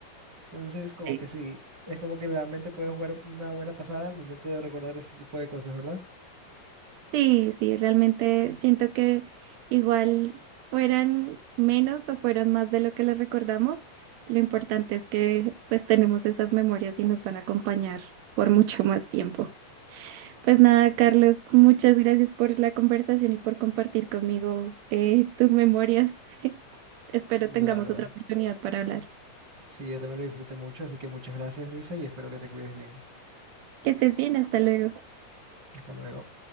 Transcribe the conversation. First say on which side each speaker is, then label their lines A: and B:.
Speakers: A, on the right; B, on the right.
A: Entonces, como
B: Sí.
A: que sí, es como que la mente puede jugar una buena pasada al momento de recordar ese tipo de cosas, ¿verdad?
B: Sí, sí, realmente siento que igual fueran menos o fueran más de lo que les recordamos, lo importante es que pues tenemos esas memorias y nos van a acompañar por mucho más tiempo. Pues nada, Carlos, muchas gracias por la conversación y por compartir conmigo eh, tus memorias. <laughs> Espero
A: La
B: tengamos
A: verdad.
B: otra oportunidad para hablar.
A: Sí, yo también lo disfruté mucho, así que muchas gracias, Luisa, y espero que te cuides bien.
B: Que estés bien, hasta luego.
A: Hasta luego.